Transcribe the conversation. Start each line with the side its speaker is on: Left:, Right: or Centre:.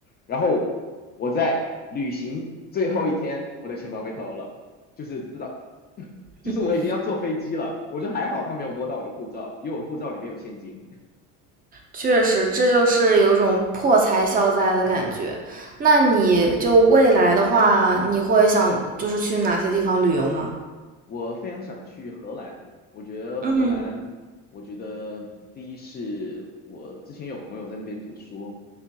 Left: 然后我在旅行最后一天，我的钱包被偷了。就是知道 <laughs> 就是我已经要坐飞机了，
Right: 嗯嗯，
Left: 我就还好他没有摸到我的护照，因为我的护照里面有现金。
Right: 确实，这就是有一种破财消灾的感觉。那你就未来的话，你会想就是去哪些地方旅游吗？
Left: 我非常想去荷兰，我觉得荷兰，
Right: 嗯
Left: 我觉得第一是我之前有朋友在那边读书，